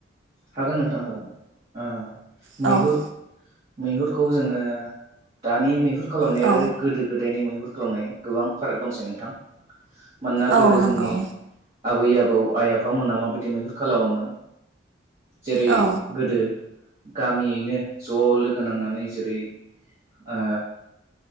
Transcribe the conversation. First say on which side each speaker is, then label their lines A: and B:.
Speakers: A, on the right (about 30°); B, on the right (about 80°).
A: हागोन नोंथां हागोन ओ
B: औ
A: मैहुर मैहुरखौ जोङो दानि मैहुर खालामनाय
B: औ
A: आरो गोदो गोदायनि मैहुर खालामनाय गोबां फाराग दंसै नोंथां। मानोना गोदो
B: औ
A: जोंनि
B: नंगौ
A: आबै आबौ आबौ आइ आफामोना माबायदि मैहुर खालामोमोन जेरै
B: औ
A: गोदो गामियैनो ज' लोगो नांनानै जेरै ओ